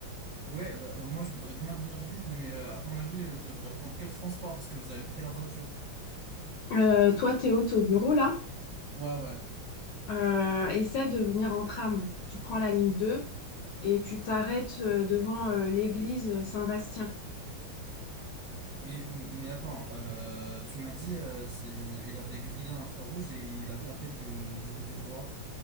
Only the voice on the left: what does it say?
Euh, toi, Théo, t'es au bureau là.
Euh, essaie de venir en tram. Tu prends la ligne 2 et tu t'arrêtes euh, devant euh, l'église Saint-Bastien.